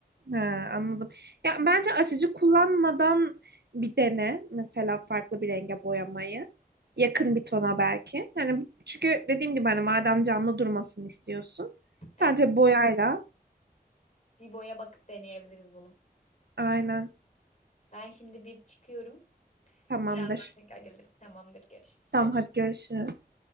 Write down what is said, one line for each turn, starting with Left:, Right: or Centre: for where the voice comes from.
Right: He, anladım. Ya bence açıcı kullanmadan bir dene mesela farklı bir renge boyamayı. Yakın bir tona belki. Yani çünkü dediğim gibi hani madem canlı durmasını istiyorsun sadece
Left: Evet.
Right: boyayla
Left: Bibo'ya bakıp deneyebiliriz bunu.
Right: aynen
Left: Ben şimdi bir çıkıyorum.
Right: tamamdır.
Left: Birazdan tekrar gelirim. Tamamdır, görüşürüz.
Right: Tamam hadi görüşürüz.